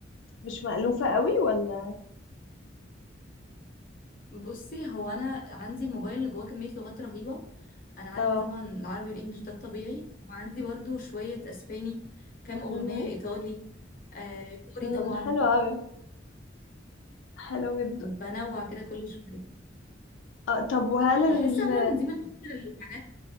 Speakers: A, on the left; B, on the left.
A: مش مألوفة قوي ولا
B: بصي هو انا عندي الموبايل اللي جواه كميه لغات رهيبه انا عندي
A: اه
B: طبعا العربي والانجليش ده الطبيعي وعندي برضو شويه اسباني كام اغنيه
A: مهم.
B: ايطالي آه كوري
A: امم
B: طبعا
A: حلو قوي حلو جدا
B: بنوع كده كل شوية
A: اه طب وهل ال...
B: بحس عموما دي من أكتر الحاجات